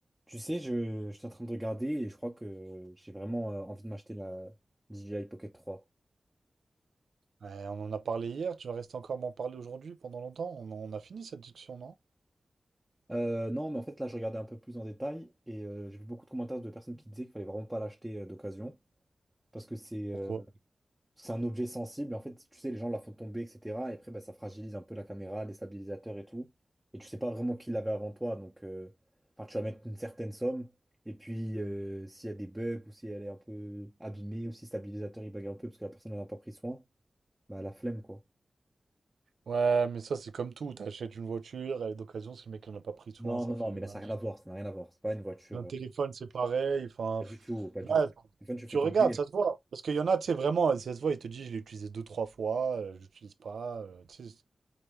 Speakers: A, in the centre; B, on the right.
A: Tu sais, je, je suis en train de regarder et je crois que j'ai vraiment euh, envie de m'acheter la DJI Pocket 3.
B: Ouais, on en a parlé hier, tu vas rester encore m'en parler aujourd'hui pendant longtemps? On, en- on a fini cette discussion, non?
A: Euh, non, mais en fait, là, je regardais un peu plus en détail et euh, j'ai vu beaucoup de commentaires de personnes qui disaient qu'il fallait vraiment pas l'acheter euh, d'occasion parce que c'est
B: Pourquoi?
A: euh, c'est un objet sensible. En fait, tu sais, les gens la font tomber, etc. Et après, bah, ça fragilise un peu la caméra, les stabilisateurs et tout. Et tu sais pas vraiment qui l'avait avant toi. Donc, euh, enfin, tu vas mettre une certaine somme. Et puis, euh, s'il y a des bugs ou si elle est un peu abîmée ou si le stabilisateur il bug un peu parce que la personne n'en a pas pris soin, bah, la flemme, quoi.
B: Ouais, mais ça c'est comme tout, t'achètes une voiture, elle est d'occasion, si le mec n'en a pas pris soin,
A: Non,
B: ça
A: non,
B: fait
A: non, mais là,
B: mal.
A: ça n'a rien à voir. Ça n'a rien à voir. C'est pas une voiture.
B: Un téléphone
A: euh,
B: c'est pareil, enfin...
A: Pas
B: pff,
A: du tout, pas
B: Là,
A: du tout. Stéphane, tu
B: tu
A: fais tomber.
B: regardes, ça se voit. Parce qu'il y en a, tu sais, vraiment, ça se voit, il te dit, je l'ai utilisé deux, trois fois, euh, je l'utilise pas, euh, tu sais,